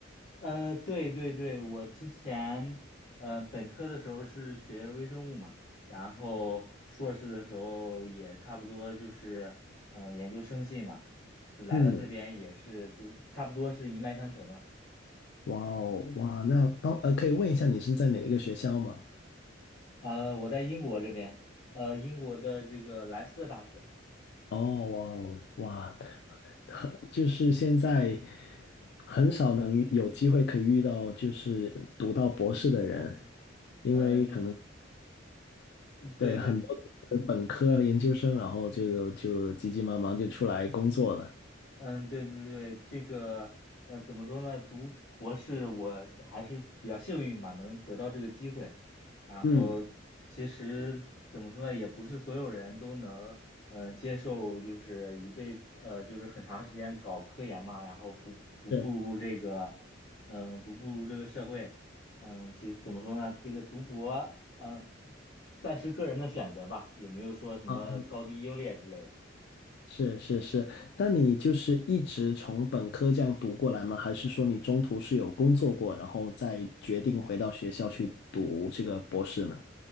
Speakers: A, on the left; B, on the left.
A: 呃，对对对，我之前嗯本科的时候是学微生物嘛，然后硕士的时候也差不多就是嗯、呃研究生系嘛，来了这边也是就是差不多是一脉相承的。
B: 嗯，哇哦，哇，那方呃，可以问一下你是在哪一个学校吗？
A: 呃，我在英国这边，呃，英国的这个莱斯特大学，
B: 哦，哇哦，哇，很就是现在很少能遇有机会可以遇到，就是读到博士的人，因为可能
A: 嗯、对对。
B: 对很多都是本科和研究生，然后就就急急忙忙就出来工作了。
A: 嗯，对对对，这个呃，怎么说呢？读博士我还是比较幸运嘛，能得到这个机会。然后其实怎么说呢，
B: 嗯，
A: 也不是所有人都能呃接受，就是一辈子呃，就是很长时间搞科研嘛，然后不不步入这个
B: 是
A: 嗯、不步入这个社会。嗯，其实怎么说呢，这个读博嗯、呃算是个人的选择吧，也没有说什么高低优劣之类的。
B: 啊，是是是。那你就是一直从本科这样读过来吗？还是说你中途是有工作过，然后再决定回到学校去读这个博士呢？